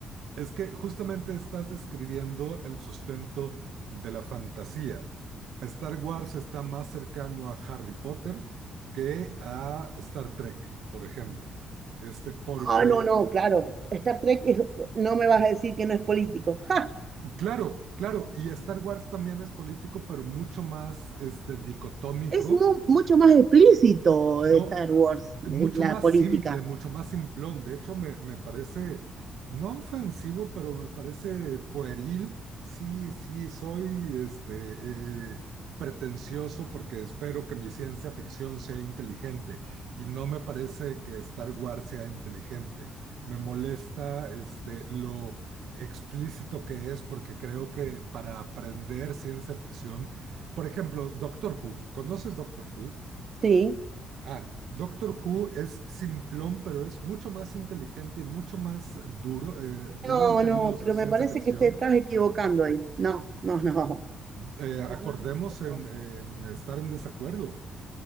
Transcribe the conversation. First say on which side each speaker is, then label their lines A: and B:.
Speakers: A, on the right (about 75°); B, on the right (about 45°).
A: Es que justamente estás describiendo el sustento de la fantasía. Star Wars está más cercano a Harry Potter que a Star Trek, por ejemplo. Este, porque,
B: Ah, no, no, claro. Star Trek es- no me vas a decir que no es político. ¡Ja!
A: claro, claro, y Star Wars también es político, pero mucho más este, dicotómico
B: Es mu- mucho más explícito
A: No,
B: eh, Star Wars,
A: eh, mucho
B: es la
A: más
B: política.
A: simple, mucho más simplón. De hecho, me, me parece, no ofensivo, pero me parece pueril. Sí, sí, soy este, eh, pretencioso porque espero que mi ciencia ficción sea inteligente y no me parece que Star Wars sea inteligente. Me molesta este, lo explícito que es porque creo que para aprender ciencia ficción, por ejemplo, Doctor Who, ¿conoces Doctor Who?
B: Sí.
A: Ah, Doctor Who es simplón, pero es mucho más inteligente y mucho más duro, eh, duro
B: No,
A: en términos
B: no, pero
A: de ciencia
B: me parece
A: ficción.
B: que te estás equivocando ahí. No, no, no.
A: Eh, acordemos
B: No, no.
A: en, en estar en desacuerdo.